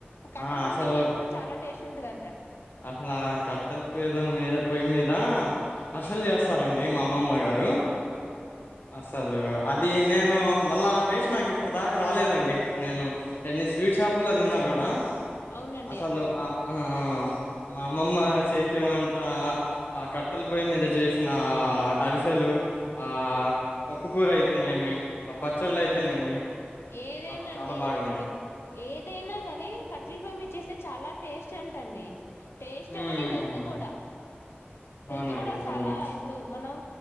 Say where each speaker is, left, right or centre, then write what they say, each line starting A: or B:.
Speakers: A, on the left; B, on the left.
A: కట్టలు
B: ఆ అసలు
A: రమి చేసుకో చాలా టేస్ ఉంటుదా
B: అసలు ఆ కట్టెల పద మీద పొయ్యి మీద ఇ అసలు చేస్తారంండి మా అమ్మమ్మ గారు అసలు అది నేను మళ్ళా ఆ టేస్ట్ నాకు ఇప్పుడు దాకా రాలేదండి నేను ఎన్ని స్వీట్ షాపుల్లో తిన్నా కూడా
A: అవునండి
B: అసలు
A: అవును
B: ఆ ఆ మా అమ్మమ్మ చేతి వంట ఆ కట్టల పొయ్యి మీద చేసిన అరిసెలు ఆ పప్పుకూర అయితేనేమి ఆ పచ్చళ్ళు అయితేనేమి
A: ఏదైనా
B: వా
A: అండి
B: చాలా బాగాండి
A: అసలు ఏదైనా గాని కట్టెల పోయ చేస్తే చాలా టేస్ట్ ట్ అండి టేస్ట్
B: ఉమ్
A: ఒకటి హెల్త్
B: అవునండి
A: కూడా హెల్త్
B: అవునండి
A: కూడా చాలా
B: అవును
A: ఇప్పుడు మనం